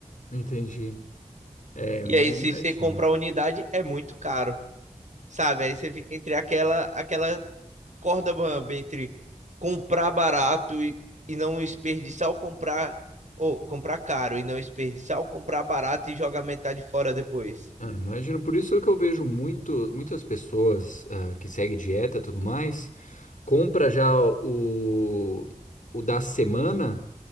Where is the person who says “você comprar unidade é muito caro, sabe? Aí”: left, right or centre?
Right